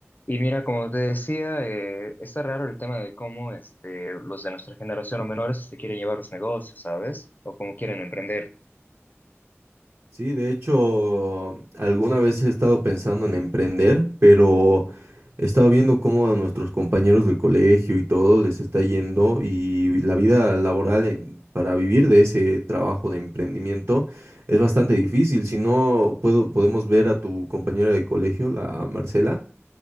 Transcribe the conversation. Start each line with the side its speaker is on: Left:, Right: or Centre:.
Left: Y mira, como te decía, eh, está raro el tema de cómo este, los de nuestra generación o menores se quieren llevar los negocios, ¿sabes? O cómo quieren emprender.
Right: Sí, de hecho, alguna vez he estado pensando en emprender, pero he estado viendo cómo a nuestros compañeros del colegio y todo les está yendo y la vida laboral en- para vivir de ese trabajo de emprendimiento es bastante difícil. Si no, puedo, podemos ver a tu compañera de colegio, la Marcela.